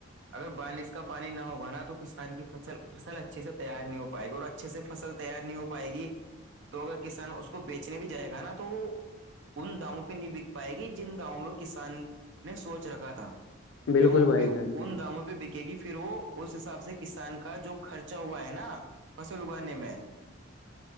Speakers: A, on the right (about 65°); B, on the left (about 80°).
A: اگر بارش کا پانی نہ ہوگانا تو کسان کی فل فصل اچھے سے تیار نہیں ہو پائے گی اور اچھے سے فصل تیار نہیں ہو پائے گی تو اگر کسان اس کو بیچنے بھی جائے گا نا تو وہ ان داموں پہ نہیں بک پائے گی جن داموں پ کسان نے سوچ رکھا تھا
B: بالکل
A: کیوںکہ
B: بھائی جان
A: ان داموں پہ دکھ کی کہ پھر وہ اس حساب سے کسان کا جو خرچا ہوا ہے نا فصل اگانے میں